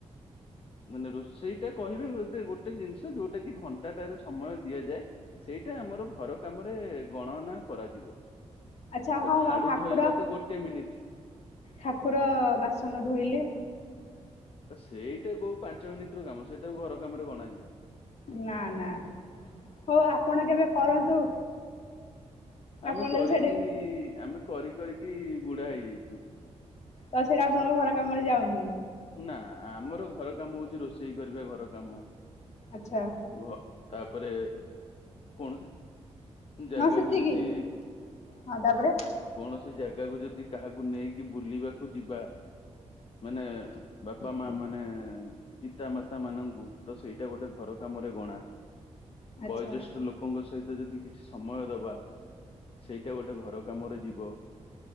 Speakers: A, on the left; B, on the left.
A: ମାନେ ରୋଷେଇଟା କହିବେ ବୋଧେ ଗୋଟେ ଜିନିଷ ଯୋଉଟା କି ଘଣ୍ଟାଟାର ସମୟ ଦିଆଯାଏ ସେଇଟା ଆମର ଘର କାମରେ ଗଣନା କରାଯିବ।
B: ଆଚ୍ଛା
A: ଆଉ
B: ହଁ
A: ଝାଡୁ
B: ମା ଠାକୁର
A: ଧୋଇବା ତ ଗୋଟେ ମିନିଟ।
B: ଠାକୁର ବାସନ ଧୋଇଲେ?
A: ଆ ସେଇଟା କୋଉ ପାଞ୍ଚ ମିନିଟର କାମ ସେଇଟାକୁ ଘର କାମରେ ଗଣାଯିବନି।
B: ନା ନା ହଉ ଆପଣ କେବେ କରନ୍ତୁ?
A: ଆମେ
B: ଆପଣ
A: କରିକି
B: ଯଦି ସେଠି
A: ଆମେ କରି କରିକି ବୁଢା ହେଇଯାଇଛୁ।
B: ତ ସେଇଟା ଆପଣଙ୍କ ଘର କାମରେ ଯାଉନି?
A: ନା ଆମର ଘର କାମ ହଉଛି ରୋଷେଇ କରିବା ଘର କାମ।
B: ଆଚ୍ଛା।
A: ଘ ତାପରେ କୌଣସି ଜାଗାକୁୁ
B: ହଁ ସେତିକି
A: ଯଦି
B: ହଁ ତାପରେ
A: କୌଣସି ଜାଗା ଗାକୁ ଯଦି କାହାକୁ ନେଇକି ବୁଲିବାକୁ ଯିବା ମାନେ ବାପା ମା ମାନେ ପିତାମାତାମାନଙ୍କୁ ତ ସେଇଟା ଗୋଟେ ଘର କାମରେ ଗଣା।
B: ଆଚ୍ଛା
A: ବୟୋଜ୍ୟେଷ୍ଠ ଲୋକଙ୍କ ସହି ତ ଯଦି କିଛି ସମୟ ଦବା, ସେଇଟା ଗୋଟେ ଘର କାମରେ ଯିବ।